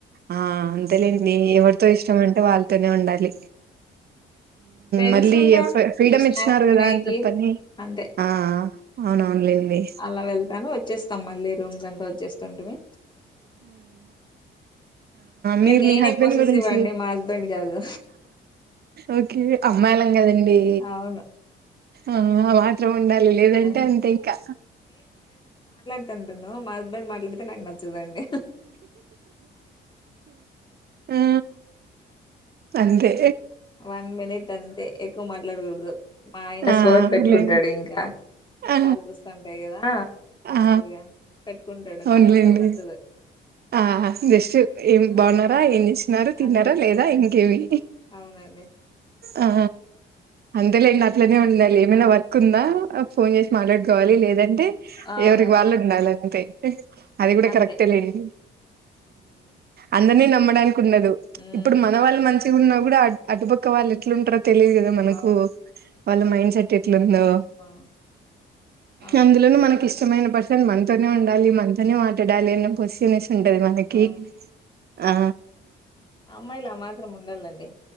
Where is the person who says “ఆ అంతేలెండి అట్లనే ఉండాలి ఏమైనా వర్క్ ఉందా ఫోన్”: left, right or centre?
Right